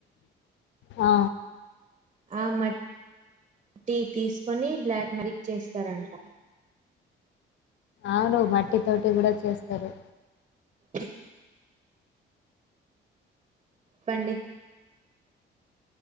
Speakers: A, on the left; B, on the right.
A: ఆ
B: ఆ మ ట్టి తీసుకొని బ్లాక్ మ్యాజిక్ చేస్తారంట
A: అవును మట్టి తోటి కూడా చేస్తారు
B: ఉ పండి